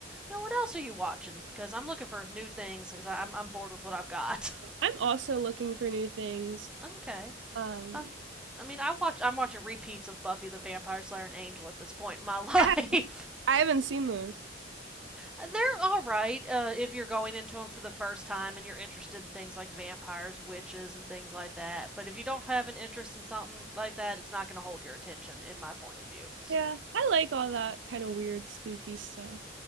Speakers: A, in the centre; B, on the right.
A: now what else are you watching? Because I'm looking for new things because I'm I'm bored with what I've got.
B: I'm also looking for new things.
A: <laughs> okay,
B: Um,
A: um, I mean I watch I'm watching repeats of Buffy the Vampire Slayer and Angel at this point in my life.
B: I ha
A: <laughs>
B: I haven't seen those.
A: They're all right uh, if you're going into them for the first time and you're interested in things like vampires, witches, and things like that. But if you don't have an interest in something like that, it's not going to hold your attention, in my point of view.
B: Yeah, I like all that kind of weird, spooky stuff.